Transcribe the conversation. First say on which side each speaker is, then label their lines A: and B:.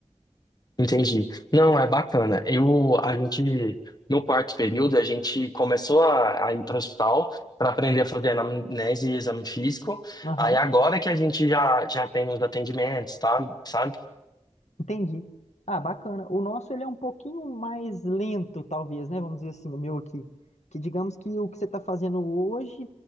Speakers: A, on the left; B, on the left.
A: Entendi. Não, é bacana. Eu, a gente, no quarto período, a gente começou a, a ir para o hospital para aprender a fazer anamnese e exame físico.
B: Aham,
A: Aí agora que a gente já, já tem os atendimentos, tá? Sabe?
B: entendi. Ah, bacana. O nosso ele é um pouquinho mais lento, talvez, né? Vamos dizer assim, o meu aqui. Que digamos que o que você está fazendo hoje,